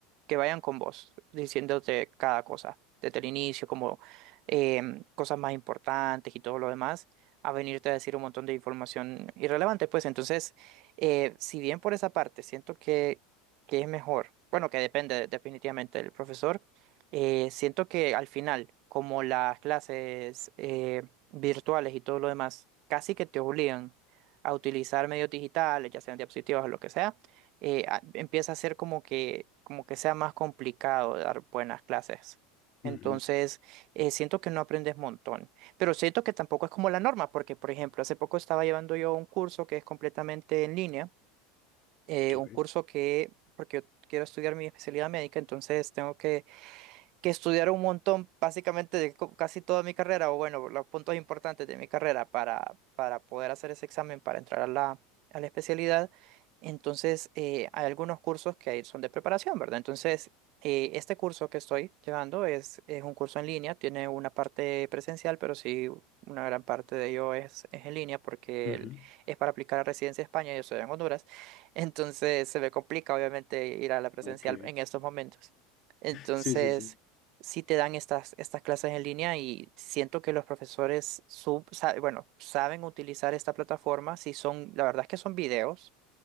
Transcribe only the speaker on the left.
ujú,
ok,
ujú,
ok.
Sí, sí, sí.